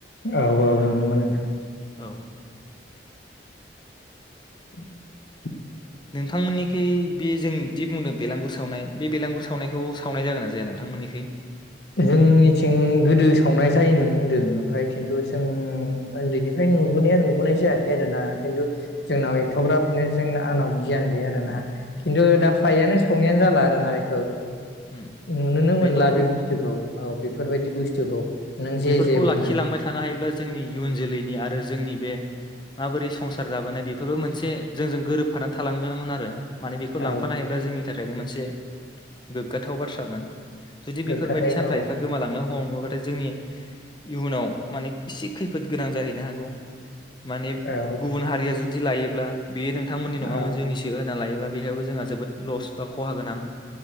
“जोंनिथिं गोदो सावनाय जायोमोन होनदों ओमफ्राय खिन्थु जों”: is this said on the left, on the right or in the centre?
Left